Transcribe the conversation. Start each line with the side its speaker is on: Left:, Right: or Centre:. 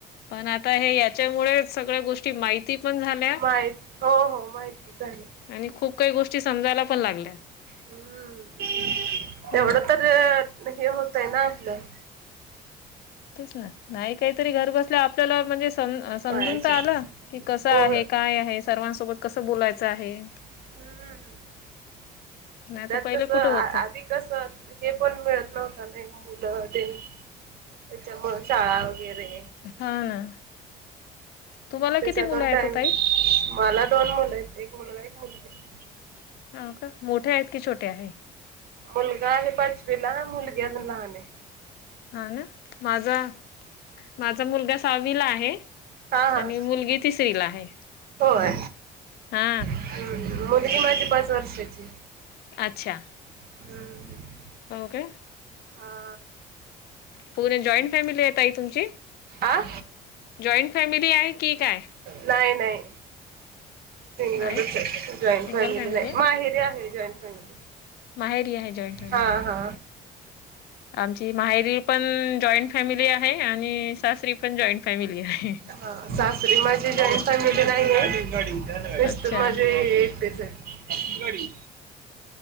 Left: पण आता हे याच्यामुळेच सगळ्या गोष्टी माहिती पण झाल्या
Right: माहित हो हो माहिती झाल्या
Left: आणि खूप काही गोष्टी समायला पण लागल्या.
Right: हम्म
Left: हे
Right: एवढ
Left: ना
Right: तर हे होतय ना आपल.
Left: तेच ना नाही काहीतरी घर बस आपल्याला म्हणजे समजून
Right: पायाचे
Left: तर आला की कस
Right: हो
Left: आहे काय आहे सर्वांसोबत कस बोलाय च आहे.
Right: हम्म हम्
Left: नाही
Right: त्यात
Left: तर पहिलं
Right: कस आधी
Left: कुठं होतं
Right: कस हे पण मिळत नव्हत, नाही मुल ते त्याच्यामु शाळा वगेरे.
Left: हा ना तुम्हाला
Right: त्याचा
Left: किती मुलं
Right: दोन
Left: आहेत
Right: टाईम,
Left: ओ ताई
Right: मला दोन मुल आहेत एक मुलगा एक मुलगी.
Left: हा का मोठ्या आहे की छोटे आहे?
Right: मुलगा आहे पाचवीला, मुलगी अजून लहान ये.
Left: हा ना, माझा- माझा मुलगा सावीला आहे.
Right: हा हा
Left: आणि मुलगी तिसरी ला आहे.
Right: होय
Left: हा.
Right: हम्म. मुलगी माझी पाच वर्षाची.
Left: अच्छा.
Right: हम्म हम.
Left: ओ के
Right: हा.
Left: पुणे जॉईंट फॅमिली ये ताई तुमची?
Right: आ
Left: जॉइंट फॅमिली आहे की काय?
Right: नाही नाही, सिंगलच
Left: नाही
Right: ये, जॉईंट
Left: सिंगल
Right: फॅमिली नायी,
Left: आहे
Right: माहेरी आहे. Join family.
Left: माहेरी आहे जॉइन फॅमिली,
Right: हा हा
Left: आमची माहेरी पण जॉईंट फॅमिली आहे, आणि सासरी पण जॉईंट फॅमिली आहे.
Right: हा सासरी माझी जॉईन फॅमिली नायी ये स्
Left: अच्छा
Right: तर माझे एकटेच ये घरी.